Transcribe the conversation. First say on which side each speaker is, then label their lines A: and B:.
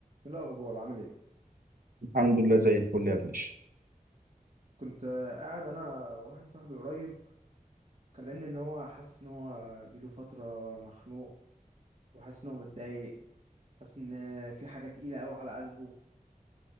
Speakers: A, on the right; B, on the right.
A: ايه الاخبار عامل ايه
B: الحمد لله زي الفل يا باشا
A: كنت آه، قاعد انا واحد صاحبي قريب كلمني ان هو حاسس ان هو بيله فتره مخنوق وحاسس ان هو متضايق حاسس ان في حاجه تقيله قوي على قلبه